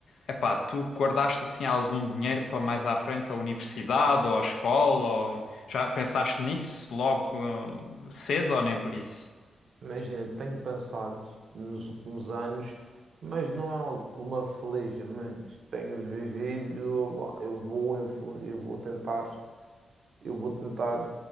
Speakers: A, on the left; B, on the right.
A: epá, tu guardaste assim algum dinheiro para mais à frente à universidade ou à escola? Ou... Já pensaste nisso logo eh, cedo ou nem por isso?
B: Imagina, tenho pensado nos últimos anos, mas não é algo que me aflige muito. Tenho vivido, bah, eu vou, influ- eu vou tentar. eu vou tentar